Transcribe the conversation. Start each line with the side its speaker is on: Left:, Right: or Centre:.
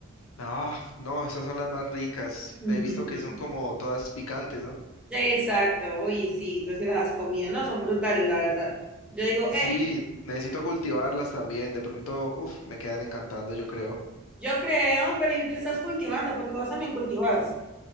Left: Ah, no, esas son las más ricas.
Centre: Ujú.
Left: He visto que son como todas picantes, ¿no?
Centre: Exacto, uy, sí, entonces sí las has comido, no, son brutales, la verdad. Yo digo,
Left: Sí,
Centre: eh,
Left: necesito cultivarlas también. De pronto, uff, me quedan encantando, yo creo.
Centre: yo creo, pero ¿y qué estás cultivando? Porque vos también cultivas.